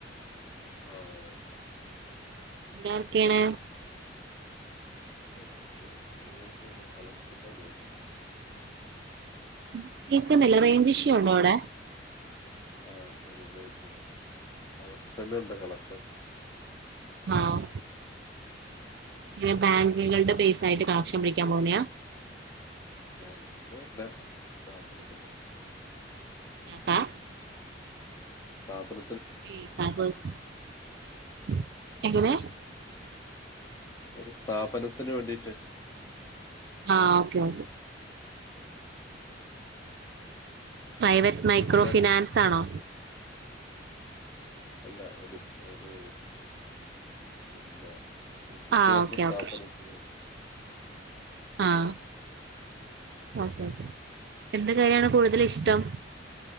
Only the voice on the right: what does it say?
എന്താ വർക്ക് ചെയ്ണ്?
ഉം കേക്കുന്നില്ല റേഞ്ച് ഇഷ്യു ഉണ്ടോ അവിടെ.
ആഹ് ഈ ബാങ്കുകളുടെ പേസായിട്ട് കളക്ഷൻ പിടിക്കാൻ പോവുന്നയാ.
ഏ പ്പ
<unintelligible> എങ്ങനെ.
ആഹ് ഓക്കെ ഓക്കെ
പ്രൈവറ്റ്
മൈക്രോ
ഫിനാൻസ് ആണോ
ആഹ് ഓക്കെ
ഓക്കെ
ആഹ് ഒക്കെ ഒക്കെ എന്ത് കാര്യാണ് കൂടുതൽ ഇഷ്ടം